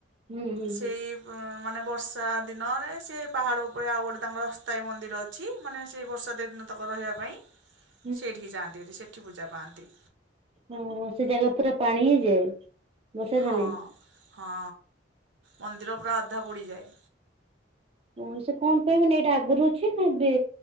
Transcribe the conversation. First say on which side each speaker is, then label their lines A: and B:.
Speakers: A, on the right (about 30°); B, on the right (about 75°).
A: ହୁଁ ହୁଁ
B: ସେଇ
A: ହୁଁ
B: ବ-ମାନେ ବର୍ଷା ଦିନରେ ସେ ପାହାଡ଼ ଉପରେ ଆଉ ଗୋଟେ ତାଙ୍କର ଅସ୍ଥାୟୀ ମନ୍ଦିର ଅ ଛି ମାନେ ସେଇ ବର୍ଷା ଦିନ ତାକ ରହିବା ପାଇଁ।
A: ହ
B: ସେଇଠିକି ଯାଆନ୍ତିି ହେରି ସେଠି ପୂଜା ପାଆନ୍ତି।
A: ଓହୋ! ସେ ଜାଗା ପୁରା ପାଣି ହେଇଯାଏ ବର୍ଷା
B: ହଁ
A: ଦିନେ?
B: ହଁ ମନ୍ଦିର ପୁରା ଅଧା ବୁଡ଼ି ଯାଏ।
A: ଓ ସେ କଣ ପାଇଁ ମାନେ ଏଇଟା ଆଗରୁ ଅଛି ନା ଏବେ?